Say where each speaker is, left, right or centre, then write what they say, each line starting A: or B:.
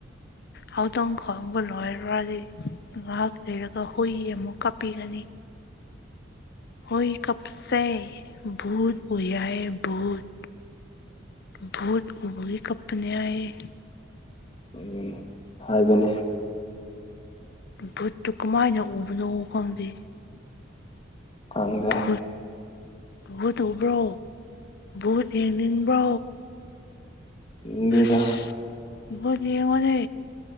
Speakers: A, on the left; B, on the left.
A: ꯍꯧꯗꯣꯡ ꯈꯣꯡꯕ ꯂꯣꯏꯔꯗꯤ ꯉꯥꯏꯍꯥꯛ ꯂꯩꯔꯒ ꯍꯨꯏ ꯑꯃꯨꯛ ꯀꯞꯄꯤꯒꯅꯤ
B: <inaudible>
A: ꯍꯣꯏ ꯀꯞꯁꯦ ꯚꯨꯠ ꯕꯨ ꯌꯥꯑ ꯚꯨꯠ ꯨꯚꯨꯠ ꯎꯕꯨ ꯀꯞꯄꯅꯤ ꯍꯥꯢꯑꯦ
B: ꯎꯝ ꯍꯥꯏꯕꯅꯤ
A: ꯚꯨꯠꯇꯨ ꯀꯃꯥꯏꯅ ꯎꯕꯅꯣ ꯈꯪꯗꯦ
B: ꯈꯪꯗꯦ
A: ꯚꯨꯠ ꯚꯨꯠ ꯎꯕ꯭ꯔꯣ ꯚꯨꯠ ꯌꯦꯡꯅꯤꯡꯕ꯭ꯔꯣ
B: ꯌꯦꯡꯅꯥꯡꯗꯦꯗ
A: ꯑꯁ ꯚꯨꯠ ꯌꯦꯡꯉꯣꯅꯦ